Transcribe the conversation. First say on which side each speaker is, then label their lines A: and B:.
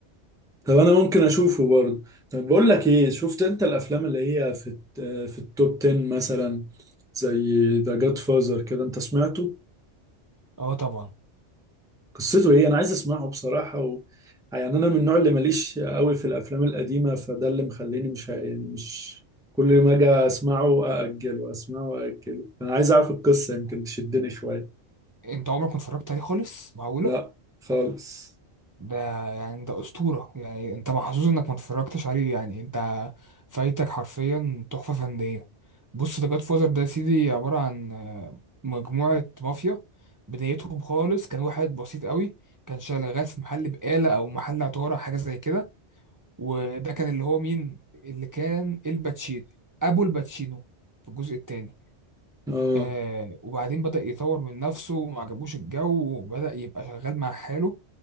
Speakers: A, in the centre; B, on the right.
A: طب انا ممكن اشوفه برضه طب بقول لك ايه شفت انت الافلام اللي هي في الت- في التوب 10 مثلا زي ذا جاد فازر كده انت سمعته
B: اه طبعا
A: قصته ايه انا عايز اسمعه بصراحة و... يعني انا من النوع اللي ماليش قوي في الافلام القديمة فده اللي مخليني مش ه- يعني مش كل ما اجي اسمعه ااجله اسمعه واجله انا عايز اعرف القصة يمكن تشدني شوية
B: انت عمرك ما اتفرجت عليه خالص معقولة
A: لا خالص
B: ده يعني ده أسطورة يعني انت محظوظ انك ما اتفرجتش عليه يعني انت فايتك حرفيا تحفة فنية بص ده جاد فوزر ده يا سيدي عبارة عن آه، مجموعة مافيا بدايتهم خالص كان واحد بسيط قوي كان شغال في محل بقالة او محل عطارة حاجة زي كده وده كان اللي هو مين اللي كان الباتشينو ابو الباتشينو في الجزء التاني
A: اه
B: آه وبعدين بدأ يطور من نفسه وما عجبوش الجو وبدأ يبقى شغال مع حاله